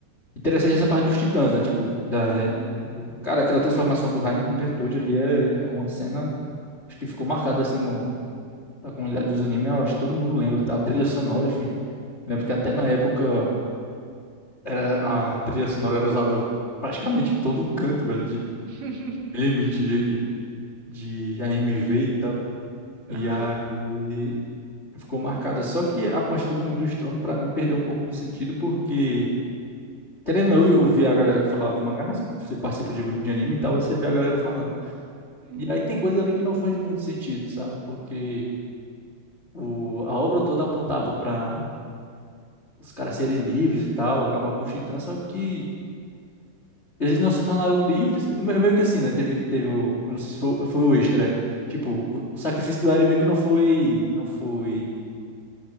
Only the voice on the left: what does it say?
interessante essa parte dos titãs, né? Tipo, da,
do, cara, aquela transformação do Rainer e do Bertoldi ali é, é uma cena acho que ficou marcada assim no, na comunidade dos animes. Eu acho que todo mundo lembra, tá? A trilha sonora, enfim. Lembro
que até na época era, a trilha sonora era usada praticamente em todo canto, velho, de
meme, de, de AMV e tal. E
aí. Ficou marcada. Só que a partir do momento do estrondo, pra mim, perdeu um pouco do sentido, porque, querendo ou não, eu vi a galera que falava mangá, né? Você participa de grupo de anime e tal, você vê a galera falando.
E aí tem coisa ali que não faz muito sentido, sabe? Porque o, a obra toda apontava pra os caras serem livres e tal, acabar com o Titã, só que eles não se tornaram livres. Me- Meio que assim, né? Teve, teve o. Eu não sei se foi, foi o extra, é. Tipo, o, o sacrifício do Eren meio que não foi. Não foi